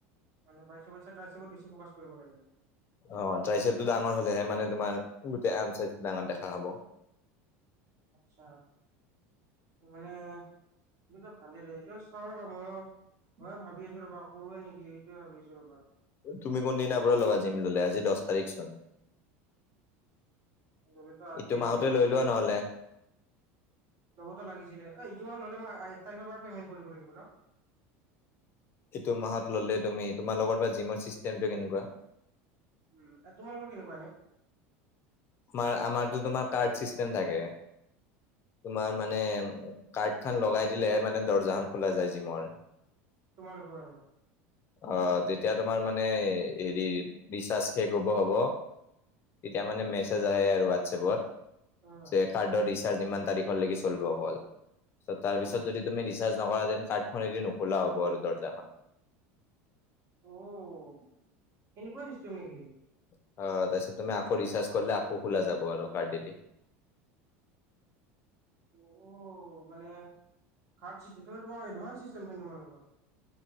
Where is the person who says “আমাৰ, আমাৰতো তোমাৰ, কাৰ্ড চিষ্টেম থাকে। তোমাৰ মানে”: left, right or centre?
Left